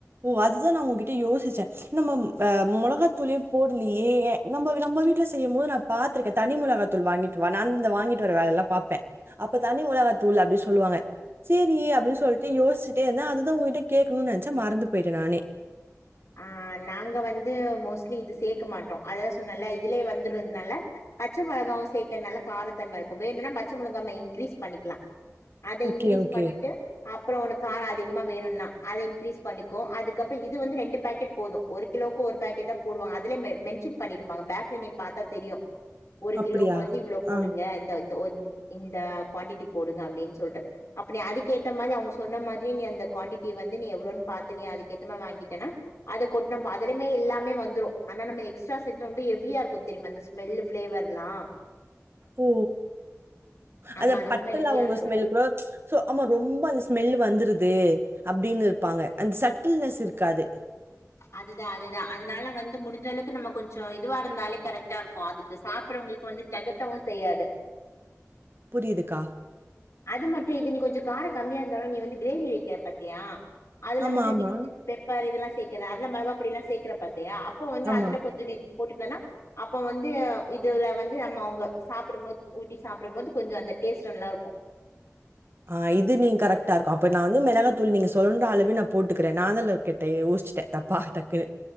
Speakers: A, on the right (about 45°); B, on the left (about 60°).
A: ஓ அதுதா நா உங்ககிட்ட யோசிச்சே நம்மம் ப மொளகாத்தூளே போட்லியே ஏ நம்ப நம்ப வீட்ல செய்யம் போது நா பாத்திருக்கே தனி மொளகாத்தூள் வாங்கிட்டு வா நான் இந்த வாங்கிட்டு வர வேல எல்லா பாப்பே அப்ப தனி மொளகாத்தூள் அப்டி சொல்லுவாங்க சேரி அப்டி சொல்ட்டு யோஸ்சிட்டே இருந்தே அதுதா உங்க கிட்ட கேக்குணுன் நெனைச்சே மறந்து போய்ட்டே நானே
B: அ நாங்க வந்து மோஸ்ட்லி இது சேக்க மாட்டோ அதா சொன்னல்ல இதுலே வந்துருதுனால பச்ச மொளகாவு சேக்கர்னால காரத்தன்மருக்கு வேணுனா பச்ச மொளகாமை இன்க்கிரீஸ் பண்ணிக்லா அத
A: ஓகே,
B: இன்கிரீஸ்
A: ஓகே.
B: பண்ணிட்டு அப்புறோ உனக் கார அதிகமா வேணுன்னா அத இன்கிரீஸ் பண்ணிக்கு அதுக் கப்ற இது வந்து ரெண்டு பேக்கெட் போது ஒரு கிலோவுக்கு ஒரு பேக்கெட் தா போடுவாங்க அதுல மெ மென்ஷன் பண்ணிருப்பாங்க பேக்ல நீ பாத்தா தெரியு ஒரு
A: அப்படியா?
B: கிலோக்கு வந்து இவ்ளோ போடுங்க
A: ஆ.
B: இந்த ந்த ஒந் இந்த குவான்டிட்டி போடுங்க அப்டின் சொல்ட்டு அப்ப நீ அதுக்கேத்த மாதி அவுங்க சொன்ன மாதிரி நீ அந்த குவான்டிட்டிய வந்து நீ எவ்ளோன் பாத்து நீ அதுக்கேத்த மா வாங்கிட்டேனா அத கொட் நம் அதுலிமே எல்லாம வந்துரு ஆனா நம்ம எஸ்ட்ரா <unintelligible> எவியா இருக்கு தெரியுமா அந்த ஸ்மெல்லு ஃபிளேவர்ல்லா
A: ஓ
B: ஆமா
A: அத பட்ட
B: ரொம்ப ஹெவியா
A: லவங்க
B: இருக்கு
A: ஸ்மெல் கூடொ சோ ஆமா ரொம்ப அந்த ஸ்மெல் வந்துருது து அப்டின்னு இருப்பாங்க அந்த சட்டில்னஸ் இருக்காது
B: அதுதா அதுதா அதுனால வந்து முடிஞ்சளவுக்கு நம்ம கொஞ்சோ இதுவா இருந்தாலே கரெக்ட்டா இருக்கு அதுக்கு சாப்பிறவங்களுக்கு வந்து தெகட்டவு செய்யாது
A: புரிதுக்கா
B: அது மட்டு இது நீ கொஞ்சோ கார கம்மியா இருந்தாலு நீ வந்து கிரேவி வெக்கிற பாத்தியா அதுல
A: ஆமா,
B: வந்து
A: ஆமா,
B: நீ ப் பெப்பர் இதெல்லா சேக்கற அதெல மெளகாப்படிலா சேக்கற பா தியா அப்ப வந்து
A: ஆமா.
B: அதுல கொஞ்சோ டின் போட்டுட்டோன்னா அப்ப வந்து அ இதுல வந்து நம்ம அவுங்க சாப்பிடும்போ ஊத்தி சாப்படும் போது கொஞ்சோ அந்த டேஸ்ட் நல்லாருக்கு
A: ஆஹ் இது நீங் கரெக்டா இருக்கு அப்ப நா வந்து மிளகா தூள் நீங்க சொன்ன அளவே நா போட்டுக்கிறே நாதல்ல கேட்ட யோஸ்ச்சுட்டே தப்பா டக்குனு